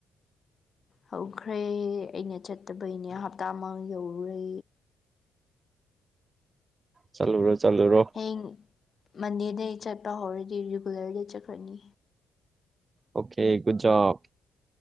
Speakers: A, on the left; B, on the right.
A: ꯍꯧꯈ꯭ꯔꯦ ꯑꯩꯅ ꯆꯠꯇꯕꯩꯅꯦ ꯍꯞꯇꯥ ꯃ ꯌꯧꯔꯨꯔꯦ
B: ꯆꯠꯂꯨꯔꯣ ꯆꯠꯂꯨꯔꯣ
A: ꯍꯌꯦꯡ ꯃꯟꯗꯦꯗꯩ ꯆꯠꯄ ꯍꯧꯔꯗꯤ ꯔꯤꯒꯨꯂꯔꯗ ꯆꯠꯈ꯭ꯔꯅꯤ
B: ꯑꯣꯀꯦ ꯨꯖꯔꯥ